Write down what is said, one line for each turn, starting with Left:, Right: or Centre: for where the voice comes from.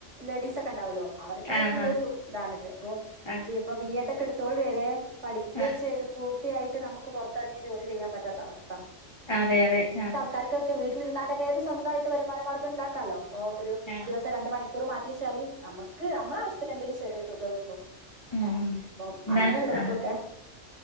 Right: ലേഡീസ് ഒക്കെ ഉണ്ടാവല്ലോ അവർ ആയിട്ടുള്ളൊ
Left: ആഹ് ആഹ്
Right: ഒരു ഇതാണിത് അപ്പോ
Left: ആഹ്
Right: ഇപ്പൊ ബി എഡ് ഒക്കെ ഇടുത്തോല് വേരെ പഠിപ്പ്
Left: ആഹ്
Right: ചെയ്ത് പൂ ർത്തിയായിട്ട് നമുക്ക് പുറത്തിറങ്ങി ജോലി ചെയ്യാൻ പറ്റാത്ത അവസ്ഥ
Left: അതെ
Right: അപ്പോ
Left: അതെ
Right: അങ്ങനെത്ത
Left: ആഹ്
Right: ആൾ ആൾക്കാർക്ക് വീട്ടിലിരുന്നാണ്ടന്നെ ഒരു സ്വന്തമായിട്ട് വരുമാനമാർഗം ഉണ്ടാക്കാലോ ഇപ്പോ ഒരു
Left: ആഹ്
Right: ദിവസം രണ്ട് മണി മണിക്കൂർ മാറ്റി വെച്ചാല് നമുക്ക് നമ്മുടെ ആവശ്യത്തിന് എന്തെങ്കിലും ചെറിയരു തുക കിട്ടു.
Left: ഉം
Right: ഏ അപ്പം
Left: ഉം എന്നാ
Right: അങ്ങനെയള്ളവർക്കൊക്കെ
Left: ആഹ്